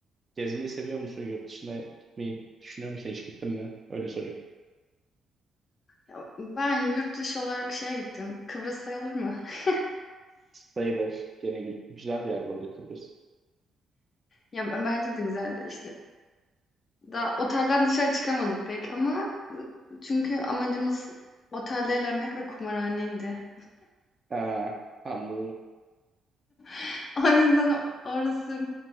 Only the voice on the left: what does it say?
Ya, ben yurt dışı olarak şeye gittim. Kıbrıs sayılır mı? <laughs>
Ya b- bence de güzeldi. İşte daha otelden dışarı çıkamadık pek ama çünkü amacımız otelde eğlenmek ve kumarhaneydi.
<laughs> O yüzden o- orası.